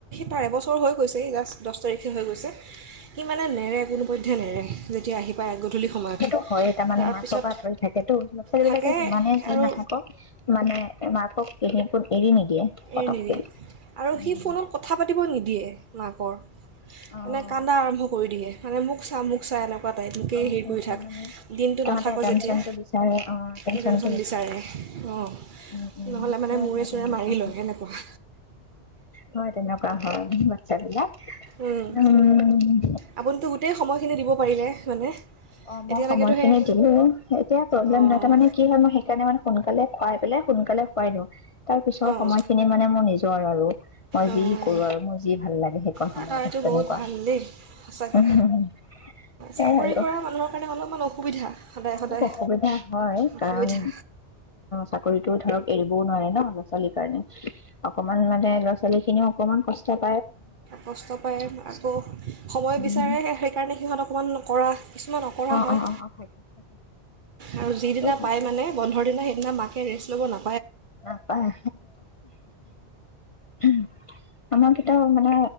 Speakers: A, on the right; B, on the left.
A: তাৰ এবছৰ হৈ গৈছে জাষ্ট দচ তাৰিখে কি হৈ গৈছে? সি মানে নেৰে কোনো বৈধ্য নেৰে। যেতিয়া আহি পায়, গধূলি সময়ত।
B: হইয়ে, তাৰ মানে
A: তাৰপিছত
B: মাকৰ পৰা আঁতৰি থাকে টো, ল'ৰা-ছোৱালীবিলাকে
A: থাকে
B: যিমানে যি
A: আৰু
B: নাথাকক মানে মাকক <unintelligible> পতককে
A: এৰি নিদিয়ে আৰু
B: উম
A: সি ফোনত কথা পাতিবও নিদিয়ে মাকৰ
B: অ অ
A: এনে কান্দা আৰম্ভ কৰি দিয়ে। মানে মোক চা মোক চা এনেকুৱা টাইপ মোকেই
B: অ',
A: হেৰি
B: সেইটোৱে
A: কৰি থাক,
B: মানে
A: দিনটো
B: তাহাঁতে
A: নাথাক
B: এটেনচনটো
A: যেতিয়া,
B: বিচাৰে অ এটেনচনটো
A: এটেনচন বিচাৰে অ',
B: উম উম
A: নহ'লে মানে
B: হয়
A: মোৰে
B: হয়
A: চোৰে
B: তেনেকুৱা
A: মাৰি লয়। সেনেকুৱা
B: হয় তেনেকুৱা হয় বাচ্ছাবিলাক।
A: উম,
B: উম
A: আপুনিটো গোটেই সময় খিনি দিব পাৰিলে মানে।
B: অ মই
A: এতিয়ালৈকেতো
B: সময়খিনি
A: সেই
B: দিলো, এতিয়া প্ৰব্লেম
A: অঁ
B: নাই তাৰ মানে কি হয় মই সেইকাৰণে মানে সোনকালে খুৱাই পেলাই সোনকালে শুৱাই দিওঁ। তাৰ পিছৰ
A: অঁ
B: সময়খিনি মানে মোৰ নিজৰ আৰু। মই
A: অঁ
B: যি কৰো আৰু মোৰ যি ভাল লাগে সেই কন
A: দাদা
B: সময়ত
A: এইটো
B: তেনেকুৱা,
A: বহুত ভাল দেই সঁচাকৈ
B: সেয়াই
A: চাকৰি
B: আৰু।
A: <unintelligible> কাৰণে অলপমান অসুবিধা। সদায়
B: অলপ
A: সদায়
B: অসুবিধা হয়,
A: অসুবিধা
B: কাৰণ চাকৰিতো ধৰক এৰিবও নোৱাৰে ন ল'ৰা ছোৱালীৰ কাৰণে। অকমান মানে ছোৱালীখিনিও অকমান কষ্টত
A: কষ্ট পায় আকৌ সময়
B: উম
A: বিচাৰে সে সেইকাৰণে সিহঁত অকণমান অকৰা। কিছুমান অকৰা
B: অ
A: হয়
B: অ অ অ থাকে থাকে
A: আৰু যিদিনা
B: সেইটো হয়
A: পায় মানে বন্ধৰ দিনা সেইদিনা মাক ৰেষ্ট ল'ব না।
B: নাপায় <unintelligible> আমাৰ কিতাও মানে